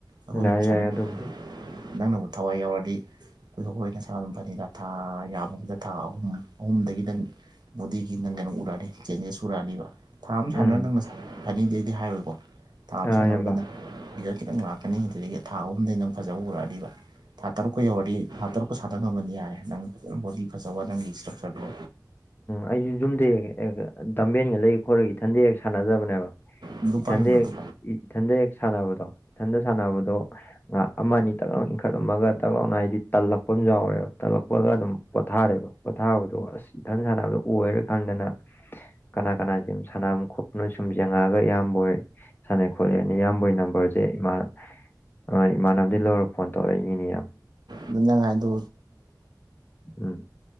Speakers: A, on the right; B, on the left.
A: ꯑꯈꯣꯢꯒꯨꯝ
B: ꯌꯥꯏ
A: ꯁꯥꯟꯅꯅꯤ
B: ꯌꯥꯏ ꯑꯗꯨꯕꯨꯗꯤ
A: ꯅꯪꯅꯕꯨ ꯊꯋꯥꯏ ꯌꯥꯎꯔꯗꯤ <unintelligible> ꯑꯗꯨꯝ ꯐꯅꯤꯗ ꯊꯥ ꯌꯥꯝꯕ ꯑꯃꯗ ꯊꯥ ꯑꯍꯨꯝ ꯑꯍꯨꯝꯗꯒꯤꯗꯪ ꯕꯣꯗꯤꯒꯤ ꯅꯪ ꯀꯩꯅꯣ ꯎꯔꯛꯑꯅꯤ ꯆꯦꯟꯖꯦꯁ ꯎꯔꯛꯑꯅꯤꯕ ꯊꯥ ꯑꯃ ꯁꯥꯟꯅꯔ
B: ꯎꯝ
A: ꯅꯪ ꯅꯁꯥ ꯐꯅꯤ ꯗꯤ ꯑꯩꯗꯤ ꯍꯥꯏꯔꯣꯏꯀꯣ ꯊꯥ ꯑꯃ
B: ꯑꯥ
A: ꯁꯥꯟꯅꯕꯗꯅ
B: ꯏꯌꯥꯝꯕ
A: ꯖꯜ ꯈꯤꯇꯪ ꯂꯥꯛ ꯑꯅꯤꯗꯨꯗꯒꯤ ꯊꯥ ꯑꯍꯨꯝꯗꯩ ꯅꯪ ꯐꯖꯕ ꯎꯔꯛꯑꯗꯤꯕ ꯊꯥ ꯇꯔꯨꯛꯀ ꯌꯧꯔꯗꯤ ꯊꯥ ꯇꯔꯨꯛꯀ ꯁꯥꯗ ꯉꯝꯃꯅꯤ ꯌꯥꯔꯦ ꯅꯪ ꯕꯣꯗꯤ <unintelligible> ꯅꯪꯒꯤ ꯏꯁꯇ꯭ꯔꯛꯆꯔ ꯗꯣ
B: ꯑꯩꯖꯨ ꯌꯨꯝꯗꯩ <unintelligible> ꯗꯝꯕꯦꯟꯒ ꯂꯩ ꯍꯣꯏꯔꯒ ꯏꯊꯟꯗ ꯍꯦꯛ ꯁꯥꯟꯅꯖꯕꯅꯦꯕ
A: ꯑꯗꯨ
B: ꯏꯊꯟꯗ
A: ꯄꯥꯏꯔꯨꯅꯨ
B: ꯍꯦꯛ
A: ꯑꯗꯨ
B: ꯏ ꯏꯊꯟꯗ ꯍꯦꯛ ꯁꯥꯟꯅꯕꯗꯣ ꯏꯊꯟꯗ ꯁꯥꯟꯅꯕꯗꯣ ꯉꯍꯥ ꯑꯃ ꯑꯅꯤ ꯇꯛ ꯂꯥꯎ ꯏꯟꯈꯠꯂꯝꯃꯒ ꯇꯛ ꯂꯥꯎꯅ ꯍꯥꯏꯗꯤ ꯇꯜꯂꯛꯄ ꯑꯝ ꯌꯥꯎꯔꯦꯕ ꯇꯜꯂꯛꯄꯒ ꯑꯗꯨꯝ ꯄꯣꯊꯥꯔꯦꯕ꯫ ꯄꯣꯊꯥꯕꯗꯣ ꯑꯁ ꯏꯊꯟ ꯁꯥꯟꯅꯕꯗꯣ ꯑꯣꯏꯔ ꯈꯪꯗꯅ ꯀꯅꯥ ꯀꯅꯥ ꯖꯤꯝ ꯁꯥꯅꯝꯅꯣ ꯈꯣꯞꯅꯨ ꯁꯨꯝ ꯌꯦꯡꯉꯛꯑꯒ ꯏꯌꯥꯝꯕꯣꯏ ꯁꯥꯟꯅꯩ ꯈꯣꯠꯂꯦ ꯑꯅꯤ ꯏꯌꯥꯝꯕꯩ ꯅꯝꯕꯔꯁꯦ ꯏꯃꯥꯅ ꯍꯣꯏ ꯏꯃꯥꯟꯅꯕꯗꯩ ꯂꯧꯔ ꯐꯣꯟ ꯇꯧꯔꯛꯏꯅꯤꯅꯦ ꯌꯥꯝ
A: ꯑꯗꯨ ꯅꯪ ꯍꯥꯏꯗꯨ
B: ꯎꯝ